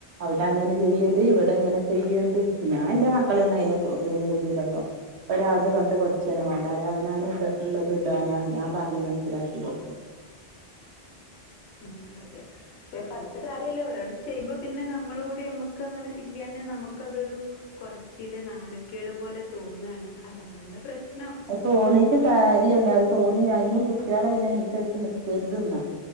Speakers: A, on the right (about 75°); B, on the left (about 70°).
A: അവ്ടെ അങ്ങനെ ചെയ്യല് ഇവ്ടെ ഇങ്ങനെ ചെയ്യണ്ട് ഞാ ഇന്റെ മക്കളെ ഒന്ന് അയ്ന്‌ ഇതിന് വിടുല്ലാട്ടോ. ഒരാൾതെ കണ്ട് പഠിച്ചെന്ന മാണ്ടാറിം അവനാന് ഇള്ളത് ഇടാനാ ഞാൻ പറഞ്ഞ് മനസ്സിലാക്കി കൊട്ക്കാ. <inaudible>
B: ഉം അതെ. പക്ഷെ പർഞ്ഞിട്ട് കാര്യല്ല ഒരാൾ ചെയ്യുമ്പം പിന്നെ നമ്മളൂടി നമ്മക്ക് അങ്ങനെ ഇല്ല്യാഞ്ഞാ നമ്മുക്കതൊരു കൊറച്ചില് നാണക്കേട് പോലെ തോന്നാണ്. അതാണ്ള്ള പ്രശ്നം.
A: തോണീട്ട് കാര്യല്ല. അത് തോന്നി അയിനും കുട്ട്യേള് അയ്നന്സരിച്ച് നി ക്കര്ത് ന്നാ.